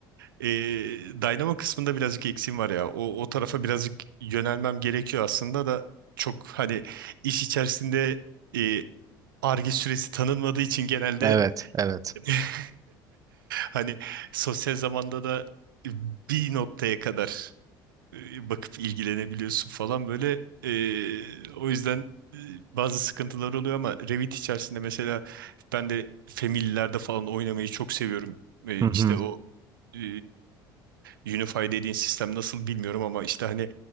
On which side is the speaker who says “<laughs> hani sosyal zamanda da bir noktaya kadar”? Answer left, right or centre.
Right